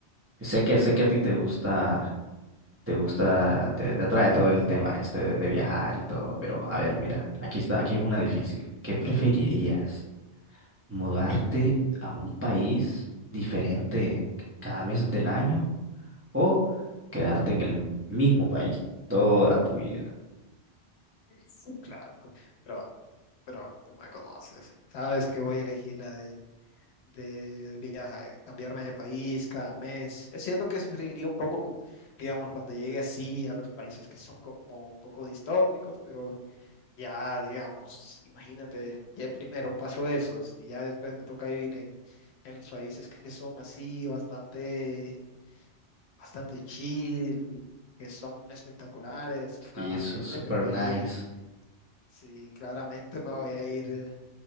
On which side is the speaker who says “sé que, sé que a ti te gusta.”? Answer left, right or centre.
Right